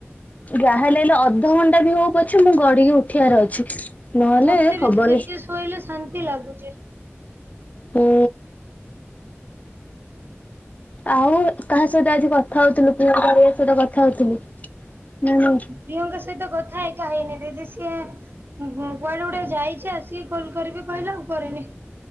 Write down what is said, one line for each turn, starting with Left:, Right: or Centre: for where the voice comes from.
Left: ଯାହା ହେଲେ ହେଲେ ଅଧଘଣ୍ଟା ବି ହଉ ପଛ ମୁଁ ଗଡିକି ଉଠିବାର ଅଛି। ନହେଲେ
Right: ମତେ ବି
Left: ହବନି
Right: ଦିଦି ଟିକେ ଶୋଇଲେ ଶାନ୍ତି ଲାଗୁଛି।
Left: ହୁଁ। ଆଉ କାହା ସହିତ ଆଜି କଥା ହଉଥିଲୁ ପୁଅ ସହିତ କଥା ହଉଥିଲୁ? ନା ନାଇଁ?
Right: ପ୍ରିୟଙ୍କା ସହିତ କଥା ହେଇ ହେଇନି ଦିଦି ସିଏ କୁଆଡେ ଗୋଟେ ଯାଇଛି ଆସିକି କରିବି କହିଲା ଆଉ କରିନି।